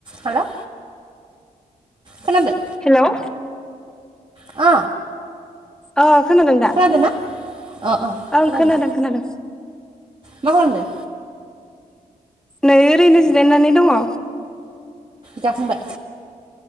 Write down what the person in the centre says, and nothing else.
हेल'
अ खनादों दा
ओं
खोनादों खोनादों
नै ओरैनो जिरायनानै दङ।